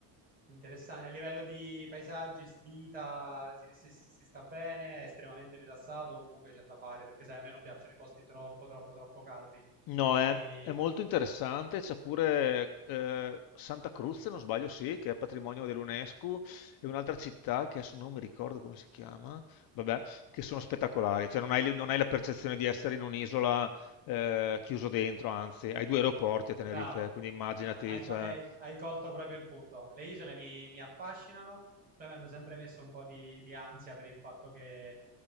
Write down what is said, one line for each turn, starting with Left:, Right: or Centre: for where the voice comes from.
Right: Interessante. A livello di paesaggi, si- vita, si, si- si- si sta bene, è estremamente rilassato, comunque c'è da fare, perché sai, a me non piacciono i posti troppo, troppo, troppo calmi.
Left: No,
Right: Quindi
Left: è, è molto interessante, c'è pure eh, Santa Cruz, se non sbaglio, sì, che è patrimonio dell'UNESCO, e un'altra città che adesso non mi ricordo come si chiama, vabbè, che sono spettacolari, cioè non hai, non hai la percezione di essere in un'isola eh, chiuso dentro, anzi, hai due aeroporti a Tenerife,
Right: Bravo,
Left: quindi immaginati,
Right: Ah, ah, hai,
Left: cioè,
Right: co- hai- hai colto proprio il punto. Le isole mi, mi affascinano, però mi hanno sempre messo un po' di, di ansia per il fatto che,